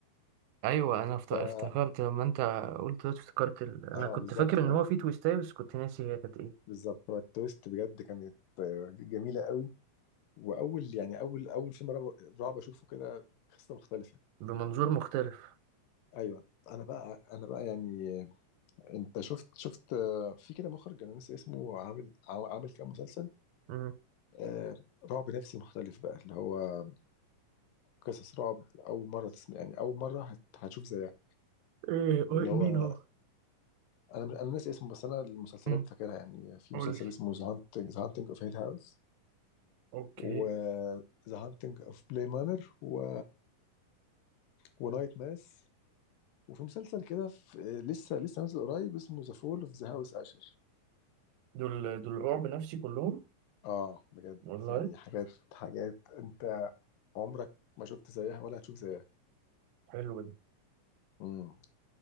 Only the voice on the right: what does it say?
ايوه انا افت-
افتكرت لما انت قلت دلوقتي افتكرت ال... انا
كنت
فاكر ان
هو في تويستاية بس كنت ناسي هي كانت ايه
بمنظور مختلف
م.
ايه إيه،
مين هو
م.
قول
لي
اوكي
دول دول رعب نفسي كلهم
والله
حلو ده